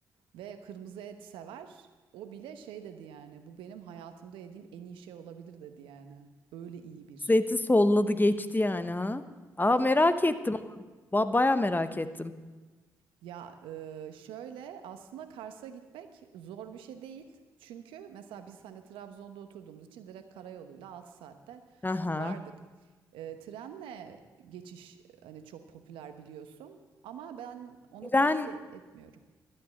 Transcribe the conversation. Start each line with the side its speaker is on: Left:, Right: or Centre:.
Right: ve kırmızı et sever. O bile şey dedi yani, "Bu benim hayatımda yediğim en iyi şey olabilir." dedi yani. Öyle iyi bir.
Left: Zeytin solladı geçti yani ha. Aa
Right: Tabii,
Left: merak ettim ama ba- baya merak ettim.
Right: Ya e, şöyle aslında Kars'a gitmek zor bir şey değil. Çünkü mesela biz hani Trabzon'da oturduğumuz için direkt karayoluyla 6 saatte
Left: Aha.
Right: vardık. E, trenle geçiş e, hani çok popüler biliyorsun ama ben onu
Left: İren
Right: tavsiye etmiyorum.